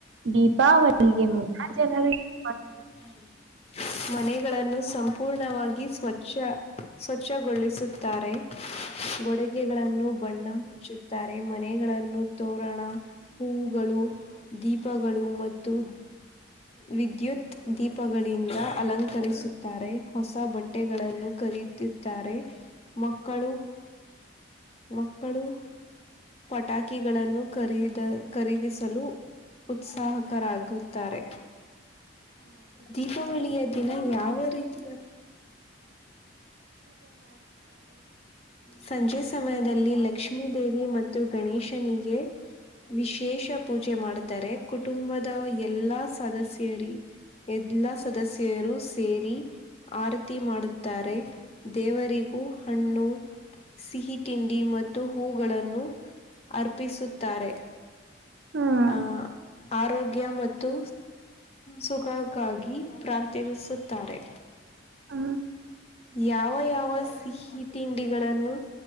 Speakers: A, on the right (about 65°); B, on the left (about 30°).
A: ದೀಪಾವಳಿಗೆ ಮು ಅ ಜನರೆ <unintelligible>
B: <unintelligible> ಮನೆಗಳನ್ನು ಸಂಪೂರ್ಣವಾಗಿ ಸ್ವಚ್ಛ ಸ್ವಚ್ಛಗೊಳಿಸುತ್ತಾರೆ ಗೊಡುಗೆಗಳನ್ನು ಬಣ್ಣ ಹಚ್ಚುತ್ತಾರೆ ಮನೆಗಳನ್ನು ತೋರಣ ಹೂವುಗಳು ದೀಪಗಳು ಮತ್ತು ವಿದ್ಯುತ್ ದೀಪಗಳಿಂದ ಅಲಂಕರಿಸುತ್ತಾರೆ ಹೊಸ ಬಟ್ಟೆಗಳನ್ನು ಖರೀದುತ್ತಾರೆ ಮಕ್ಕಳು ಮಕ್ಕಳು ಪಟಾಕಿಗಳನ್ನು ಖರೀದ ಖರೀದಿಸಲು ಉತ್ಸಾಹಕರಾಗುತ್ತಾರೆ ದೀಪಾವಳಿಯ ದೀಪಾವಳಿ ದಿನ ಯಾವ ರೀತಿ
A: ಹಾ <unintelligible>
B: ಸಂಜೆ ಸಮಯದಲ್ಲಿ ಲಕ್ಷ್ಮೀ ದೇವಿ ಮತ್ತು ಗಣೇಶನಿಗೆ ವಿಶೇಷ ಪೂಜೆ ಮಾಡ ಕುಟುಂಬದ ಎಲ್ಲಾ ಸದಸ್ಯರಿ ಎಲ್ಲಾ ಸದಸ್ಯ ಸೇರು ಸೇರಿ ಆರತಿ ಮಾಡುತ್ತಾರೆ ದೇವರಿಗೂ ಹಣ್ಣು ಸಿಹಿ ತಿಂಡಿ ಮತ್ತು ಹೂಗಳನ್ನು ಅರ್ಪಿಸುತ್ತಾರೆ
A: ಹ್ಮ್
B: ಆಹ ಆರೋಗ್ಯ ಮತ್ತು ಸುಖಕ್ಕಾಗಿ ಪ್ರಾರ್ಥಿಸುತ್ತಾರೆ
A: ಹಾ
B: ಯಾವ ಯಾವ ಸಿಹಿ ತಿಂಡಿಗಳನ್ನು